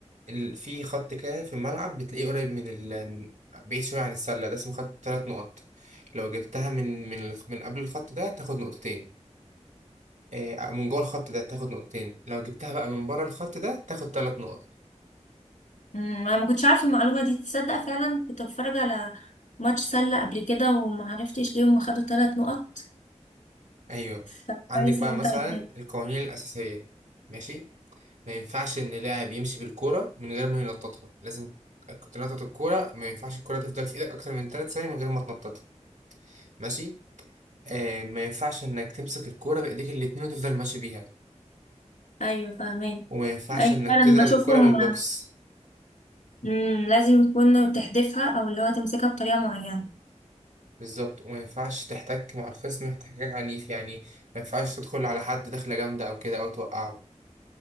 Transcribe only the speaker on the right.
ال- في خط كده في الملعب بتلاقيه قريب من ال بعيد شوية عن السلة ده اسمه خط تلات نقط لو جبتها من من الخ- من قبل الخط ده تاخد نقطتين آه، من جوه الخط ده تاخد نقطتين لو جبتها بقى من بره الخط ده تاخد تلات نقط
أيوه
عندك بقى
مثلا
القوانين الأساسية ماشي ما ينفعش إن لاعب يمشي بالكورة من غير ما ينططها لازم تنطط الكورة ما ينفعش الكورة تفضل في إيدك أكتر من تلات ثواني من غير ما تنططها ماشي آه ما ينفعش إنك تمسك الكورة بإيديك الاتنين وتفضل ماشي بيها
وما ينفعش
انك
تضرب
الكرة بالبوكس
بالظبط وما ينفعش تحتك مع الخصم احتكاك عنيف يعني ما ينفعش تدخل على حد دخلة جامدة او كده او توقعه